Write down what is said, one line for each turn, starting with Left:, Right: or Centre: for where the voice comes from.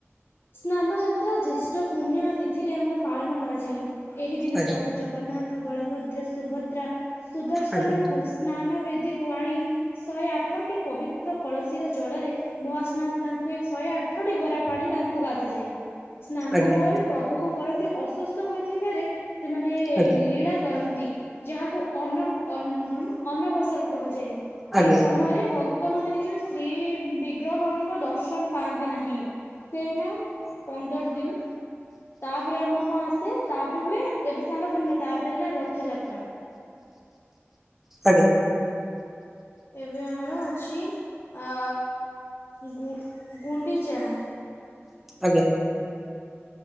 Left: ସ୍ନାନ ଯାତ୍ରା ଜ୍ୟେଷ୍ଠ ପୂର୍ଣ୍ଣିମା ତିଥିରେ ଆମର ପାଳନ କରାଯାଏ। ଏହି ଦିନ
Centre: ଆଜ୍ଞା
Left: ପ୍ରଭୁ ଜଗନ୍ନାଥ ବଳଭଦ୍ର ସୁଭଦ୍ରା ସୁଦର୍ଶନଙ୍କୁ
Centre: ଆଜ୍ଞା
Left: ସ୍ନାନ ବେଦୀକୁ ଆଣି ଶଏ ଆଠଟି ପବି ତ୍ର କଳସୀର ଜଳରେ ମହାସ୍ନାନ ତାଙ୍କୁ ଏଇ ଶଏ ଆଠଟି ଗରା ପାଣି ତାଙ୍କୁ ଗାଧାଯାଏ। ସ୍ନାନ
Centre: ଆଜ୍ଞା।
Left: ପରେ ପ୍ରଭୁ କଣ କରନ୍ତି ଅସୁସ୍ଥ ହୋଇଥିବାରେ ସେମାନେ
Centre: ଆଜ୍ଞା
Left: ଲୀଳା କରନ୍ତି। ଯାହାକୁ ଅନ- ଅନଁ-କଣ ନା ଅନବସର କୁହାଯାଏ।
Centre: ଆଜ୍ଞା
Left: ଏହି ସମୟରେ ଭ କ୍ତ ମାନେ ଦେଖିବେ ଶ୍ରୀ ବିଗ୍ରହଙ୍କ ଦର୍ଶନ ପାଆନ୍ତି ନାହିଁ। ସେ ଏଇନା ଉଁ, ପନ୍ଦର ଦିନ ତାପରେ ଆମର କଣ ଆସେ ତାପରେ ହୁଏ ଏବେ ସ୍ନାନ ପୂର୍ଣ୍ଣିମା ତାପରେ ହେଲା ରଥଯାତ୍ରା।
Centre: ଆଜ୍ଞା।
Left: ଏବେ ଆମର ଅଛି ଆ, ଉଁ, ଗୁ- ଗୁଣ୍ଡିଚା।
Centre: ଆଜ୍ଞା।